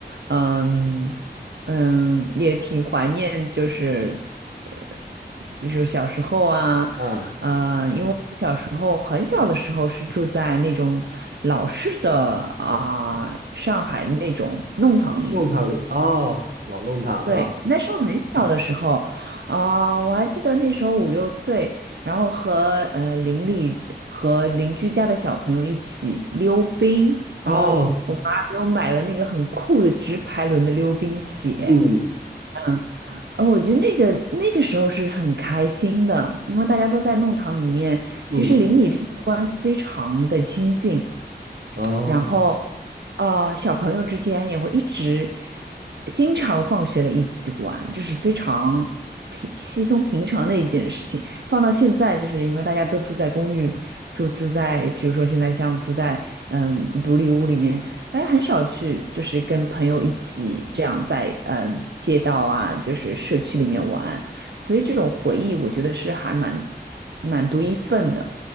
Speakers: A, on the right (about 80°); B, on the right (about 60°).
A: 嗯嗯，也挺怀念，就是呃，比如小时候啊，
B: 啊，
A: 呃，因为我时候很小的时候是住在那种老式的啊、上海那种弄堂里面。
B: 弄堂里哦，老弄堂啊，
A: 对，那时候很小的时候，啊、我还记得那时候五六岁，然后和呃邻里和邻居家的小朋友一起溜冰，
B: 哦，
A: 然后我妈给我买了那个很酷的直排轮的溜冰鞋，
B: 嗯
A: 嗯，呃，我觉得那个那个时候是很开心的，因为大家都在弄堂里面，
B: 嗯
A: 其实邻里之间的关系非常的亲近，
B: 哦，
A: 然后，呃，小朋友之间也会一直经常放学了一起玩，这是非常平稀松平常的一件事情。放到现在，就是因为大家都住在公寓，住住在，比如说现在像住在嗯独立屋里面，大家很少去就是跟朋友一起这样在嗯街道啊，就是社区里面玩，所以这种回忆我觉得是还蛮蛮独一份的，